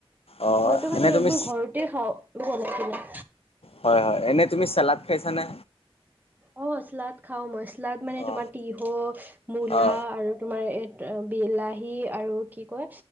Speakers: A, on the left; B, on the right.
A: অ
B: মইতো মানে
A: এনে
B: সেইবোৰ
A: তুমি
B: ঘৰতে খাও বনাইকিনে।
A: হয়-হয় এনে তুমি চালাদ খাইছানে?
B: অহ, শ্লাদ খাও মই শ্লাদ মানে তোমাৰ
A: অ
B: তিহ মূলা
A: অ
B: আৰু তোমাৰ এই বিলাহী আৰু কি কয়